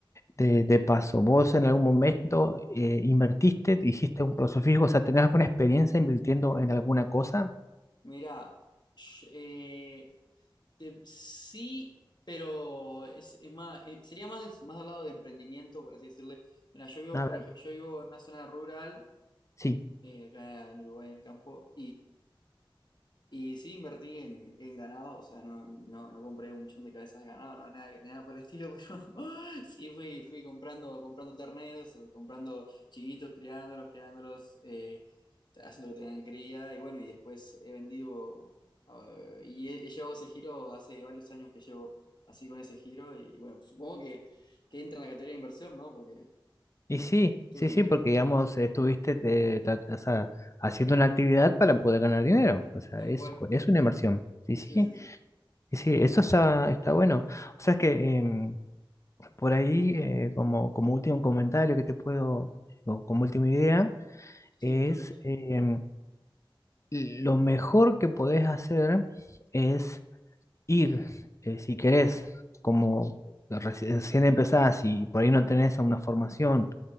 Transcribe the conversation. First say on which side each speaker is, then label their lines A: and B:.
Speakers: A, on the left; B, on the left.
A: de, de paso, ¿vos en algún momento eh, invertiste, hiciste un plazo fijo, o sea, tenés alguna experiencia invirtiendo en alguna cosa?
B: Mira, sh- eh, te- sí, pero es, es más, eh, sería más, más al lado de emprendimiento, por así decirle. Mira, yo vivo,
A: A ver,
B: por ej- yo vivo en una zona rural,
A: sí.
B: eh, acá en Uruguay, en el campo, Y sí invertí en, en ganado, o sea, no, no, no compré un millón de cabezas de ganado, no, nada, que- nada por el estilo, <laughs> pero sí fui, fui comprando, comprando terneros, o sea, comprando chiquitos, criándolos, criándolos, eh, haciendo que tengan cría, y bueno, y después he vendido, eh, y he, he llevado ese giro hace varios años que llevo así con ese giro, y bueno, supongo que, que entra en la categoría de inversión, ¿no? Porque
A: Y sí,
B: tuve
A: sí, sí,
B: que,
A: porque digamos, estuviste de tra- o sea, haciendo una actividad para poder ganar dinero. O sea,
B: tal
A: es,
B: cual,
A: es una inversión. Sí,
B: sí,
A: sí, sí,
B: sí, sí,
A: sí, eso está, está bueno. O sea, es que em, por ahí, eh, como, como último comentario que te puedo, o como última idea,
B: sí,
A: es
B: contar,
A: em, lo mejor que podés hacer es ir, eh, si querés, como reci- recién empezás y por ahí no tenés una formación